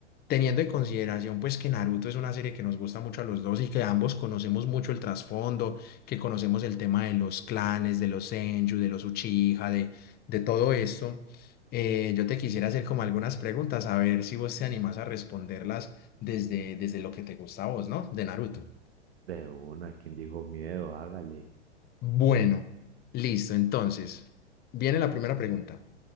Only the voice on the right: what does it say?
De una, quien dijo miedo? Hágale.